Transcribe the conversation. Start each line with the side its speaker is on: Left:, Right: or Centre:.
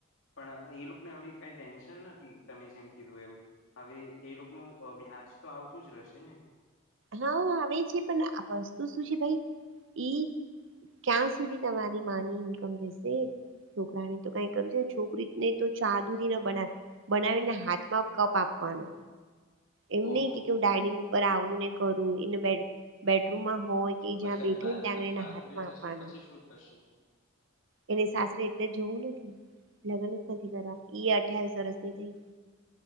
Left: પણ એ લોકોને હવે એ કાઈ ટેન્શન નથી, તમે જેમ કીધું એમ હવે એ લોકોનું અ વ્યાજ તો આવતું જ રેહેશે ને?
Right: હા, આવે છે પણ આ વસ્તુ શું છે ભઈ ઈ ક્યાં સુધી તમારી માની ઈનકમ રેહેશે? છોકરાને તો કઈ કરું છે, છોકરી ને તો ચા દુધી ને બના બનાવીને હાથમાં કપ આપવાનો. એમ
Left: ઓહો
Right: નઈ કે કેમ
Left: હો
Right: ડાઇનિંગ ઉપર આવું ને કરું એને બેડ બેડરૂમમાં હોય કે જ્યાં
Left: પછી
Right: બેઠી
Left: આ સાસ
Right: હોય ને ત્યાં જઈને
Left: સાસરે
Right: હાથમાં
Left: જશે
Right: આપવાનું.
Left: પછી શું થશે?
Right: એને સાસરે એટલે જ જવું નથી, લગન જ નથી કરવા ઈ અઠ્યાવીસ વરશની થઈ